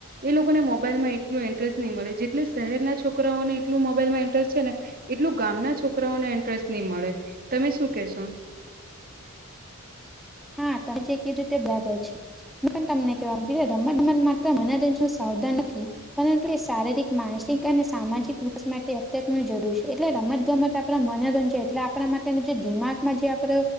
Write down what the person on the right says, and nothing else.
એ લોકો ને મોબાઈલ માં એટલું ઇન્ટરેસ્ટ નહીં મળે જેટલું શહેરના છોકરાઓને એટલ મોબાઈલ માં ઇન્ટરેસ્ટ છે. ને એટલું ગામના છોકરાઓને ન્ટરેસ્ટ નહી મળે તમે શું કેશો